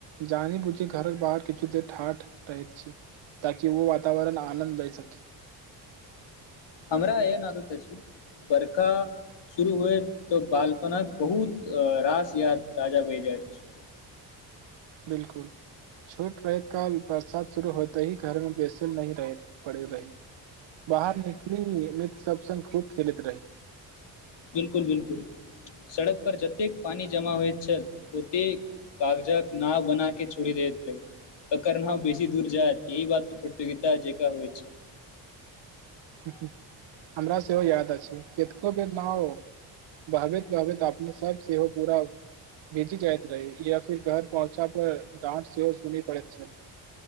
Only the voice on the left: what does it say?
हमरा एहन आदत अछि, बरका शुरू हुए तऽ बालपना बहुत अ रास याद ताजा भए जायत छै।
बिल्कुल- बिल्कुल, सड़क पर जतेक पानी जमा होइत छल ओतेक कागजक नाव बना के छोड़ि देैत रही। ककर नाव बेसी दूर जायत, एहि बात पर प्रतियोगिता जेकाँ होइ छै।